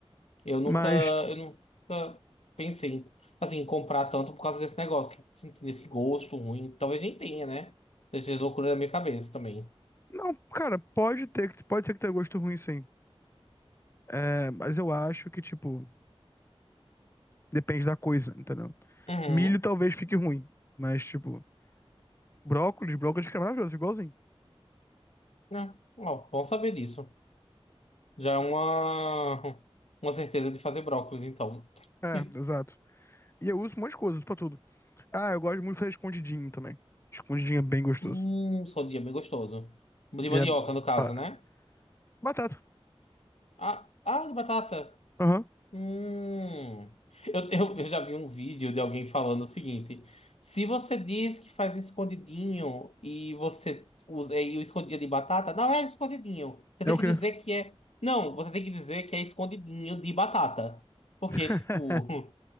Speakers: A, on the left; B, on the left.
A: Eu nunca,
B: Mas,
A: eu nunca pensei, em, assim, em comprar tanto por causa desse negócio, que eu fico sentindo esse gosto ruim. Talvez nem tenha, né? Dessas loucuras da minha cabeça também.
B: não, cara, pode ter, pode ser que tenha gosto ruim, sim. É, mas eu acho que, tipo, Depende da coisa, entendeu?
A: Uhum.
B: Milho talvez fique ruim, mas, tipo, brócolis, brócolis fica maravilhoso, igualzinho.
A: Né? Ó, bom saber disso. Já é uma, <laughs> uma certeza de fazer brócolis, então.
B: É,
A: <laughs>
B: exato. E eu uso um monte de coisa, uso pra tudo. Ah, eu gosto muito de fazer escondidinho também. Escondidinho é bem gostoso.
A: Hum, escondia, bem gostoso. De
B: E
A: mandioca,
B: é.
A: no caso,
B: fa-
A: né?
B: Batata.
A: Ah, ah, de batata.
B: Aham.
A: Hum. Eu, eu, eu já vi um vídeo de alguém falando o seguinte: se você diz que faz escondidinho e você usa e o escondidinho de batata, não é escondidinho. Você tem
B: É o
A: que
B: quê?
A: dizer que é. Não, você tem que dizer que é escondidinho de batata. Porque,
B: <laughs>
A: tipo. <laughs>